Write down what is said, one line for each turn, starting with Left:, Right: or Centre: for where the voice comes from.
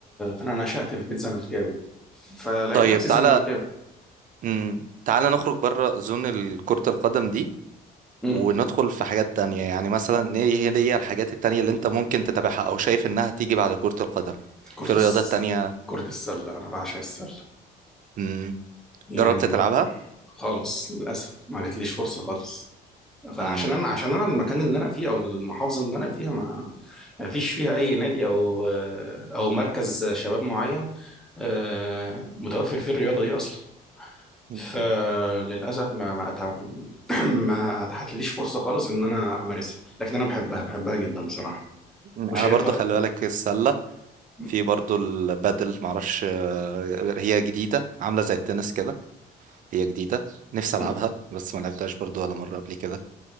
Centre: فانا نشأت في بيت زملكاوي فلقيت
Right: طيب
Centre: نفسي
Right: تعالى
Centre: زملكاوي
Right: امم تعالى نخرج بره زون ال- كرة القدم دي
Centre: امم
Right: وندخل في حاجات تانية يعني مثلا ايه هي هي الحاجات التانية اللي انت ممكن تتابعها او شايف انها تيجي بعد كرة القدم
Centre: كرة
Right: في رياضات
Centre: الس...
Right: تانية
Centre: كرة السله انا بعشق السله
Right: امم
Centre: يعني
Right: جربت تلعبها
Centre: خالص للاسف ما جاتليش فرصه خالص فعشان
Right: امم
Centre: انا عشان انا المكان اللي انا فيه او المحافظه اللي انا فيها ما ما فيش فيها اي نادي او او مركز شباب معين آه، متوفر فيه الرياضة دي أصلا
Right: أمم.
Centre: فللأسف ما ما أتع... <clears throat> ما اتحتليش فرصة خالص إن أنا أمارسها لكن أنا بحبها بحبها جدا بصراحة
Right: انا
Centre: وشايفها
Right: برضو خلي بالك السلة
Centre: م-
Right: في برضو البادل معرفش آه، هي جديدة عاملة زي التنس كده هي جديدة نفسي
Centre: م-
Right: العبها بس ما لعبتهاش برضو ولا مرة قبل كده